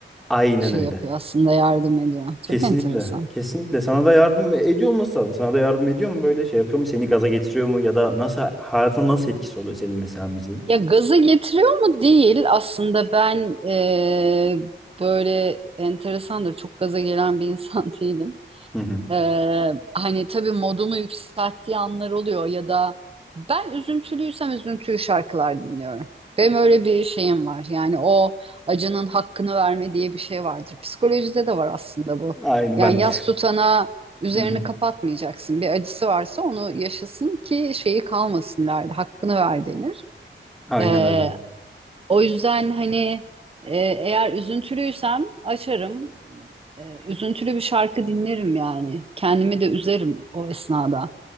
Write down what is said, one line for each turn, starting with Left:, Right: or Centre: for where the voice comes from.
Centre: aynen
Right: şey
Centre: öyle.
Right: yapıyor aslında yardım ediyor. Çok
Centre: Kesinlikle.
Right: enteresan.
Centre: Kesinlikle. Sana da yardım ediyor olması lazım. Sana da yardım ediyor mu böyle şey yapıyor mu? Seni gaza getiriyor mu? Ya da nasıl hayatına nasıl etkisi oluyor senin mesela müziğin?
Right: Ya gaza getiriyor mu? Değil. Aslında ben eee, böyle enteresandır. Çok gaza gelen bir insan <laughs> değilim.
Centre: Hı hı.
Right: Ee, hani tabii modumu yükselttiği anlar oluyor ya da ben üzüntülüysem üzüntülü şarkılar dinliyorum. Benim öyle bir şeyim var. Yani o acının hakkını verme diye bir şey vardır. Psikolojide de var aslında bu.
Centre: Aynı
Right: Yani
Centre: ben.
Right: yas tutana üzerini
Centre: <laughs> Hı hı.
Right: kapatmayacaksın. Bir acısı varsa onu yaşasın ki şeyi kalmasın derdi. Hakkını ver denir.
Centre: Aynen
Right: Ee,
Centre: öyle.
Right: o yüzden hani e, eğer üzüntülüysem açarım. E, üzüntülü bir şarkı dinlerim yani. Kendimi de üzerim o esnada.